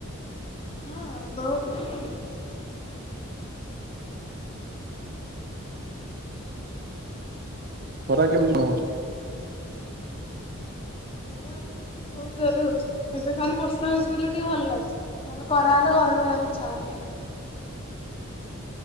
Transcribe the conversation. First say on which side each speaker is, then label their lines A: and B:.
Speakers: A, on the left; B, on the right.
A: ହଁ ବହୁତ୍।
B: ଖରା କେମିତି କଣ ହଉଚି?
A: ଖରା ତ ବହୁତ ଜୋରରେ ହଉଛି ଏବେ ଖାଲି ବର୍ଷା ହଉଛି ବୋଲି ଟିକେ ଭଲ ଲାଗୁଚି। ନହେଲେ ଖରା ହେଲେ ଘରେ ରହିବାକୁ ଇଚ୍ଛା ହଉନି।